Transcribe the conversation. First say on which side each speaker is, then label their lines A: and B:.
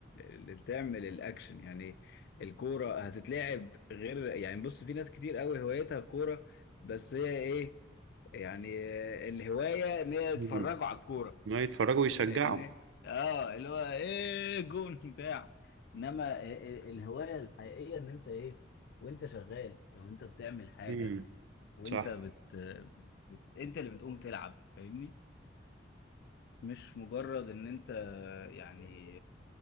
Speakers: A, on the left; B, on the right.
A: اللي بتعمل الاكشن يعني الكورة هتتلعب غير يعني بص في ناس كتير قوي هوايتها الكورة بس هي ايه يعني آه، الهواية ان هي يتفرجوا
B: مم.
A: على الكورة
B: لا يتفرجوا ويشجعوا
A: فاهمني اه اللي هو ايه جون بتاع انما ال- ال- الهوايه الحقيقيه ان انت ايه وانت شغال او انت بتعمل حاجه
B: مم.
A: وانت
B: صح
A: بت... بت... انت اللي بتقوم تلعب فاهمني مش مجرد ان انت يعني